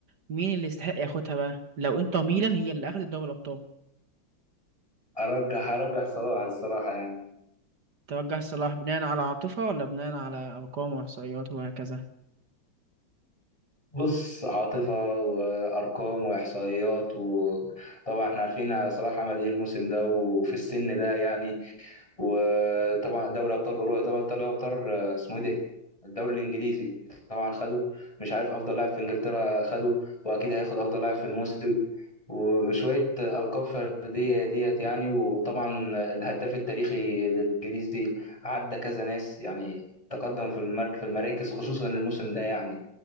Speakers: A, on the right; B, on the left.
A: مين اللي يستحق ياخدها بقى؟ لو إنتر ميلان هي اللي أخدت دوري الأبطال
B: ارجح ارجح صلاح الصراحة يعني
A: توجه صلاح بناء على عاطفة ولا بناء على أرقام وإحصائيات وهكذا
B: بص عاطفة وأرقام وإحصائيات وطبعا احنا عارفين صلاح عمل ايه الموسم ده وفي السن ده يعني وطبعا دوري أبطال أوروبا دوري أبطال أبطال اسمه ايه ده الدوري الإنجليزي طبعا خده مش عارف أفضل لاعب في إنجلترا خده وأكيد هياخد أفضل لاعب في الموسم وشوية ألقاب فردية ديت يعني وطبعا الهداف التاريخي للإنجليزي عدى كذا ناس يعني تقدم في المرك في المراكز خصوصا الموسم ده يعني